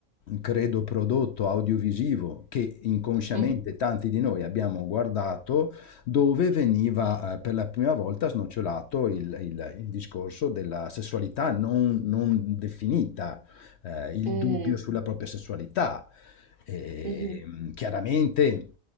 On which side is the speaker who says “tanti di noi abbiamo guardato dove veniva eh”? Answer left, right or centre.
Left